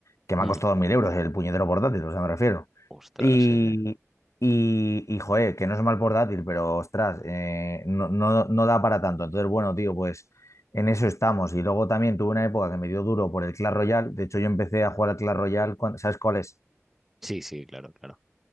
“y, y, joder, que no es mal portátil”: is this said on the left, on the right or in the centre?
Left